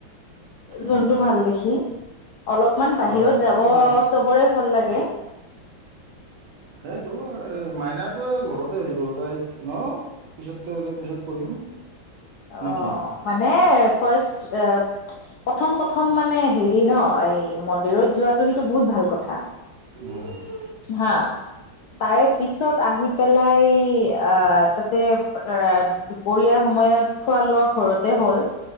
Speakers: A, on the left (about 75°); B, on the right (about 80°).
A: যোনটো
B: অঁ
A: ভাল দেখি অলপমান বাহিৰত
B: অঁ
A: যাব
B: মা
A: চবৰে ভাল লাগে
B: সেইটো মাইনাৰটো ঘৰতে হেৰি কৰোঁ‌ ন পিছৰতোপিছত কৰিম।
A: অ'
B: নেকি
A: মানে ফাষ্ট এ প্ৰথম প্ৰথম মানে হেৰি ন এই মন্দিৰত যোৱাটো সেইটো বহুত ভাল কথা।
B: উম
A: হা তাৰে পিছত আহি পেলাই আহ তাতে দুপৰীয়া সময়ত খোৱা লোৱা ঘৰত হ'ল